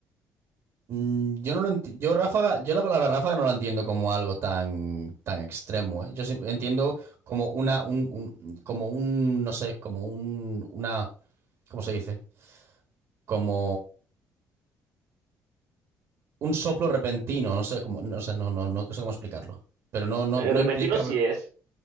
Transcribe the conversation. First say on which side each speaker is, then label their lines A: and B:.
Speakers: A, on the right; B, on the right.
A: mm, yo no lo enti- yo ráfaga, yo la palabra ráfaga no la entiendo como algo tan, tan extremo, ¿eh? Yo sim- entiendo como una, un, un- como un, no sé, como un, una, ¿cómo se dice? Como un soplo repentino, no sé cómo, no sé, no, no, no sé cómo explicarlo. Pero no, no,
B: Eh,
A: no
B: repentino
A: implica.
B: sí es,